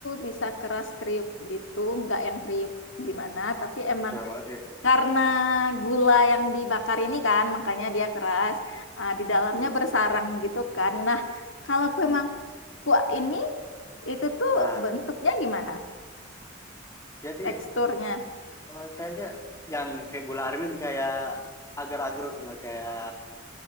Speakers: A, on the left; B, on the left.
A: bisa keras kriuk gitu, nggak yang kriuk gimana, tapi emang
B: sudah banget ya.
A: karena gula yang dibakar ini kan, makanya dia keras. Ah, di dalamnya
B: Hmm.
A: bersarang gitu kan. Nah, kalau kue
B: Hmm.
A: mangkuk ini, itu tuh
B: Nah,
A: bentuknya gimana?
B: jadi
A: Teksturnya.
B: eh, kayaknya yang kayak gula aren ini kayak agar-agar tuh nggak kayak